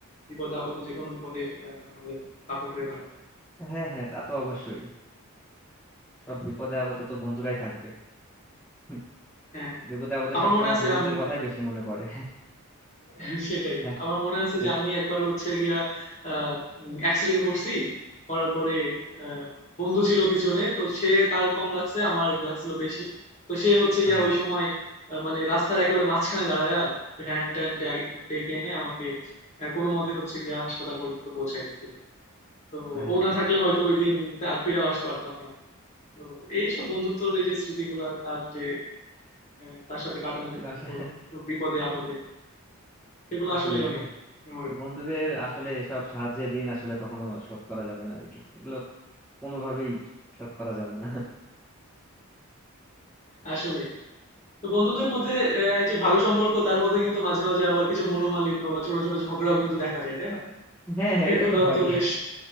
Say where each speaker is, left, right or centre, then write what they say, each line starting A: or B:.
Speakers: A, on the left; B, in the centre.
A: বিপদে আপদে যে কোনো বিপদে আহ, আমাদের সাপোর্ট হয়ে দাঁড়ায়
B: হ্যাঁ হ্যাঁ তা তো অবশ্যই সব বিপদে আপদে তো বন্ধুরাই থাকবে হুম,
A: হ্যাঁ
B: বিপদে আপদে
A: আমার
B: সবসময়
A: মনে আছে
B: বন্ধুদের
A: আমি
B: কথাই বেশি মনে পড়ে
A: <laughs> সেটাই।
B: হ্যাঁ
A: আমার মনে আছে
B: হ্যাঁ
A: যে আমি একবার হচ্ছে গিয়া আহ অ্যাক্সিডেন্ট করছি। করার পরে আহ বন্ধু ছিল পিছনে। তো সে তার কম লাগছে, আমার লাগছিল বেশি। তো সে হচ্ছে গিয়া
B: আহা
A: ওই সময় আহ মানে রাস্তার একেবারে মাঝখানে দাঁড়ায়া ভ্যান-ট্যান ডে- ডেকে এনে আমাকে আহ কোনোমতে হচ্ছে গিয়া হাসপাতাল পর্যন্ত পৌঁছায় দিছিল। তো
B: হ্যাঁ
A: ও
B: হ্যাঁ
A: না থাকলে হয়তো ওইদিন আর ফিরেও আসতে পারতাম না। তো এইসব বন্ধুত্বর এই যে স্মৃতিগুলা তার যে আহ তার সাথে কাটানো যে মুহূর্ত,
B: আসলে
A: সব বিপদে আপদে সেগুলো
B: আসলে
A: আসলেই অনেক
B: বন-
A: মেমোরেবল।
B: বন্ধুদের আসলে সব সাহায্যের ঋণ আসলে কখনো শোধ করা যাবে না আর কি এগুলো কোনোভাবেই শোধ করা যাবে না
A: আসলেই। তো বন্ধুদের মধ্যে এ এই যে ভালো সম্পর্ক তার মধ্যে কিন্তু মাঝে, মাঝে আবার কিছু মনোমালিন্য বা ছোট, ছোট ঝগড়াও কিন্তু দেখা যায়, তাই না?
B: হ্যাঁ হ্যাঁ
A: এগুলাও
B: এটা তো হয়
A: তো বেশ